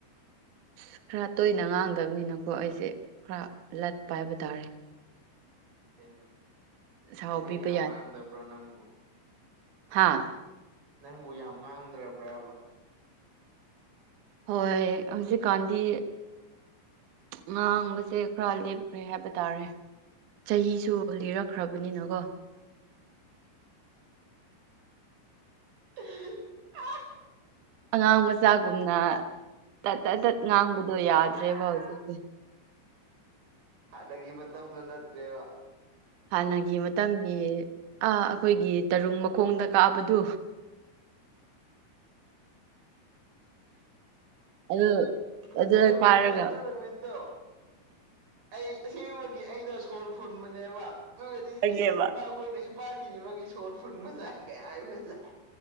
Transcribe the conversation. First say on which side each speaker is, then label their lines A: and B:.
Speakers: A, on the right; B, on the right.
A: ꯑꯁ ꯈꯔ ꯇꯣꯏꯅ ꯉꯥꯡꯗꯝꯅꯤꯅꯀꯣ ꯑꯩꯁꯦ ꯈꯔ ꯂꯠꯄ ꯍꯥꯏꯕ ꯇꯥꯔꯦ
B: ꯀꯩꯅꯣ
A: ꯁꯥꯎꯕꯤꯕ
B: ꯅꯪ ꯌꯥꯝ ꯉꯥꯡꯗꯕ꯭ꯔꯣ ꯅꯪꯕꯨ
A: ꯍꯥꯥ
B: ꯅꯪꯕꯨ ꯌꯥꯝ ꯉꯥꯡꯗ꯭ꯔꯕ꯭ꯔꯕ
A: ꯍꯣꯏ ꯍꯧꯖꯤꯛꯀꯥꯟꯗꯤ ꯉꯥꯡꯕꯁꯦ ꯈꯔ ꯂꯦꯞꯈ꯭ꯔꯦ ꯍꯥꯏꯕ ꯇꯥꯔꯦ ꯆꯍꯤꯁꯨ
B: ꯎꯝ
A: ꯂꯤꯔꯛꯈ꯭ꯔꯕꯅꯤꯅꯀꯣ
B: <inaudible>
A: ꯑꯉꯥꯡ ꯃꯆꯥꯒꯨꯝꯅ ꯇꯠ ꯇꯠ ꯇꯠ ꯉꯥꯡꯕꯗꯣ ꯌꯥꯗ꯭ꯔꯦꯕ
B: ꯑꯥ
A: ꯍꯧꯖꯤꯛꯇꯤ
B: ꯍꯥꯟꯅꯒꯤ ꯃꯇꯝꯗꯣ ꯅꯠꯇ꯭ꯔꯦꯕ
A: ꯍꯥꯟꯅꯒꯤ ꯃꯇꯝꯒꯤ ꯑ ꯑꯩꯈꯣꯏꯒꯤ ꯇꯔꯨꯡ ꯃꯈꯣꯡꯗ ꯀꯥꯕꯗꯨ ꯑꯗꯨ
B: ꯑꯗꯨ
A: ꯑꯗꯨꯗ
B: ꯅꯨꯃꯤꯠꯇꯣ
A: ꯀꯥꯔꯒ
B: ꯑꯗꯨ ꯅꯨꯃꯤꯠꯇꯣ ꯑꯩ ꯑꯁꯦꯡꯕꯒꯤ ꯑꯩꯗꯣ ꯁꯣꯔ ꯐꯨꯟꯕꯅꯦꯕ ꯑꯗꯨꯒꯗꯤ
A: ꯈꯪꯉꯦꯕ
B: ꯏꯁ ꯏꯃꯥꯈꯣꯏꯅ ꯏꯄꯥꯛꯀꯤꯕꯒꯤ ꯁꯣꯔ ꯐꯨꯟꯕ ꯖꯥꯏ ꯀꯥꯏ ꯍꯥꯏꯕꯖꯥꯏ